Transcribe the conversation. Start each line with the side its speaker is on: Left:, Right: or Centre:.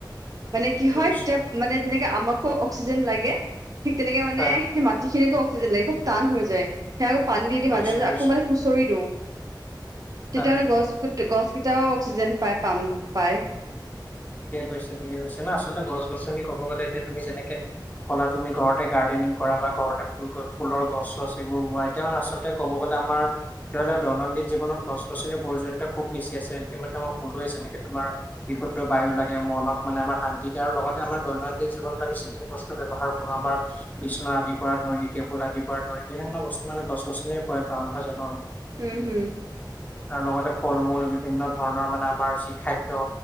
Right: মানে কি
Left: বুজিছো
Right: হয় তেতিয়া মানে যেনেকে আমাকো অক্সিজেন লাগে ঠিক তেনেকে মানে
Left: হয়
Right: সে মাত- তিখিনিকো অক্সিজেন লাগিব খুব টান হৈ যায় সে আকৌ পানী দি
Left: বুজিছো
Right: মাজ মাজে
Left: বুজিছো
Right: আকৌ মানে খু- চৰি দিওঁ তেতিয়া
Left: হয়
Right: মানে গছ গছ কেইটাও অক্সিজেন পায় পাম পায়
Left: ঠিকে কৈছে ঠিকে কৈছে না আচলতে গছ-গছনি ক'ব গ'লে এতিয়া তুমি যেনেকে কলা তুমি ঘৰতে গাৰ্ডেনিং কৰা বা ঘৰতে ফুল গছ ফুলৰ গছ চছ এবোৰ মোৱাই তেতিয়া মানে আচলতে ক'ব গ'লে আমাৰ ধৰি লও দৈনন্দিন জীৱনত গছ-গছনি প্ৰয়োজনীয়তা খুব বেছি আছে ইতিমধ্যে মই কলোৱে যেনেকে তোমাৰ বিকট মুক্ত বায়ু লাগে মনত মানে আমাৰ শান্তি তাৰ আৰু লগতে আমাৰ দৈনন্দিন জীৱনত আমি যিখিনি বস্তু ব্যৱহাৰ কৰোঁ আমাৰ বিছনা আদিৰ পৰা ধৰি, টেবুল আদিৰ পৰা ধৰি বিভিন্ন বস্তু মানে গছ-গছনিৰ পৰাই পাওঁ নহয় জানো আমি
Right: উম হুম
Left: আৰু লগতে ফল-মূল বিভিন্ন ধৰণৰ মানে আমাৰ যি খাদ্য